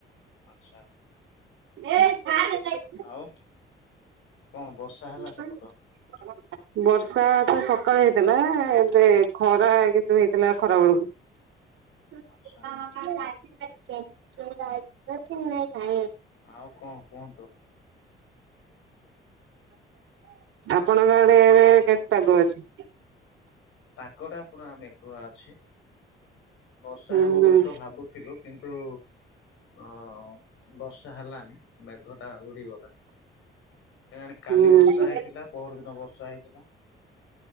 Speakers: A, on the left (about 80°); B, on the right (about 80°).
A: ଆଚ୍ଛା
B: ଏ <unintelligible>
A: ଆଉ କଣ ବଷ
B: <unintelligible>
A: <inaudible>
B: ବର୍ଷାତ ସକାଳେ ହେଇଥିଲା ଏବେ ଖରା କିନ୍ତୁ ହେଇଥିଲା ଖରା ବେଳକୁ।
A: <inaudible>
B: <unintelligible>
A: ଆଚ୍ଛା ଆଉ କଣ କୁହନ୍ତୁ?
B: ଆପଣଙ୍କ ଆଡେ ଏବେ କେତେ ପାଗ ଅଛି?
A: ପାଗଟା ପୁରା ମେଘୁଆ ଅଛି ବର୍ଷା
B: ହୁଁ
A: ହେବ
B: ହୁଁ
A: ବୋଲିତ ଭାବୁ ଥିଲୁ କିନ୍ତୁ ଅ- ବର୍ଷା ହେଲାନି ମେଘ ଟା ଉଡିଗଲା। କେଜାଣି କାଲି
B: ହୁଁ।
A: ବର୍ଷା ହେଇଥିଲା ପଅର ଦିନ ବର୍ଷା ହେଇଥିଲା।